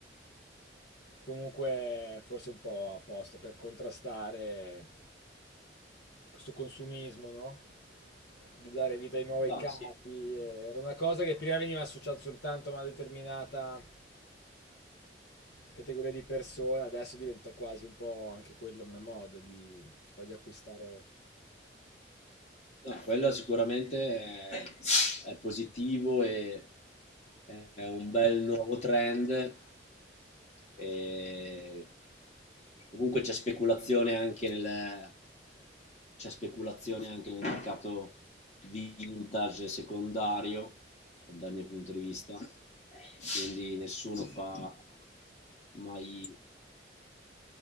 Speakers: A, on the left; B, on the left.
A: che comunque forse è un po' apposta per contrastare questo consumismo, no? Di dare vita ai nuovi
B: No,
A: capi.
B: sì,
A: Era una cosa che prima veniva associata soltanto a una determinata categoria di persone, adesso diventa quasi un po' anche quella una moda di, quella di acquistare.
B: No, quello sicuramente è, è positivo e è un bel nuovo trend. E comunque c'è speculazione anche nel, c'è speculazione anche nel mercato vintage secondario, dal mio punto di vista. Quindi nessuno fa mai